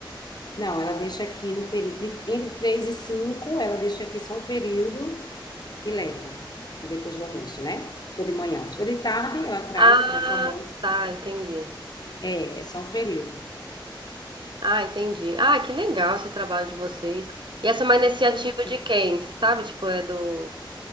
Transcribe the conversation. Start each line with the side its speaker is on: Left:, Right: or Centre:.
Left: Não, ela deixa aqui no período, de- entre 3 e 5, ela deixa aqui só um período e leva, depois do almoço, né? Se for de manhã. Se for de tarde, ela traz
Right: Ah,
Left: a criança ao almoço,
Right: tá, entendi.
Left: é, é só um período.
Right: Ah, entendi. Ah, que legal esse trabalho de vocês. E essa é uma iniciativa
Left: Pois
Right: de
Left: é.
Right: quem? Você sabe? Tipo, é do.